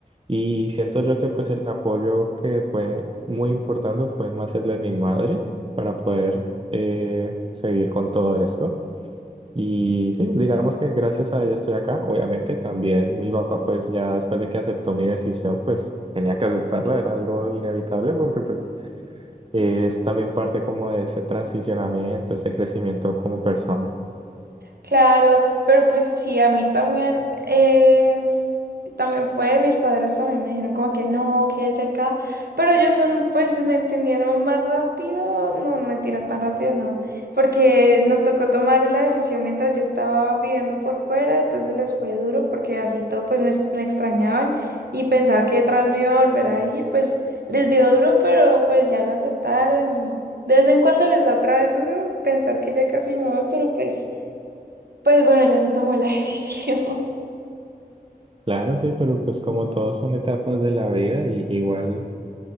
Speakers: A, on the right; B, on the right.
A: Y siento yo que pues el apoyo que fue muy importante fue más el de mi madre para poder eh, seguir con todo esto. Y sí, digamos que gracias a ella estoy acá. Obviamente también mi papá, pues ya después de que aceptó mi decisión, pues tenía que aceptarla, era algo inevitable porque pues es también parte como de ese transicionamiento, ese crecimiento como persona.
B: Claro, pero pues sí, a mí también, eh, también fue, mis padres también me dijeron como que no, quédese acá, pero ellos son, pues me entendieron más rápido, no, no mentira, tan rápido no, porque nos tocó tomar la decisión mientras yo estaba viviendo por fuera, entonces les fue duro porque así todo, pues me, me extrañaban y pensar que detrás me iba a volver a ir, pues les dio duro, pero pues ya lo aceptaron y de vez en cuando les da otra vez duro pensar que ya casi me voy, pero pues... Pues bueno, ya se tomó la decisión.
A: Claro, sí, pero pues como todos son etapas de la vida, y igual